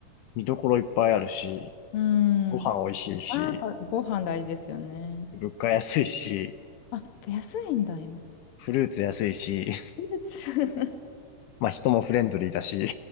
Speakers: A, on the left; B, on the left.
A: 見どころいっぱいあるし、
B: うん。
A: ご飯美味しいし、
B: うんあー、やっぱご飯大事ですよね。
A: 物価安いし、
B: あ、安いんだ、今。
A: フルーツ安いし、<laughs>
B: フルーツ
A: まあ人もフレンドリーだし。